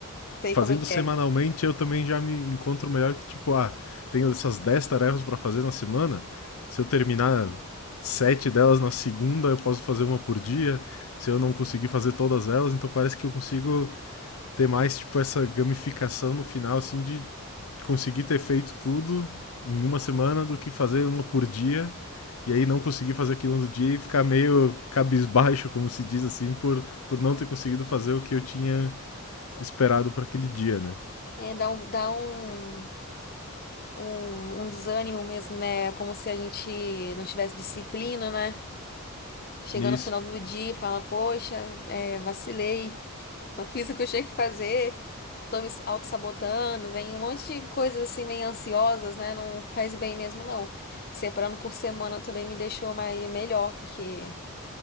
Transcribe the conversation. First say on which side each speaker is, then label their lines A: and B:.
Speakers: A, on the left; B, on the left.
A: sei
B: fazendo
A: como é que
B: semanalmente,
A: é.
B: eu também já me encontro melhor que, tipo, ah, tenho essas 10 tarefas para fazer na semana. Se eu terminar sete delas na segunda, eu posso fazer uma por dia. Se eu não conseguir fazer todas elas, então parece que eu consigo ter mais, tipo, essa gamificação no final, assim, de conseguir ter feito tudo em uma semana do que fazer uma por dia. E aí não conseguir fazer aquilo no dia e ficar meio cabisbaixo, como se diz assim, por, por não ter conseguido fazer o que eu tinha esperado para aquele dia, né?
A: É, dá um, dá um, um, um desânimo mesmo, né? É Como se a gente não tivesse disciplina, né? Chegando
B: Isso.
A: no final do dia e fala, poxa, é, vacilei. Não fiz o que eu tinha que fazer, tô me auto-sabotando, vem um monte de coisas assim, meio ansiosas, né? Não faz bem mesmo, não. Separando por semana também me deixou mais melhor, porque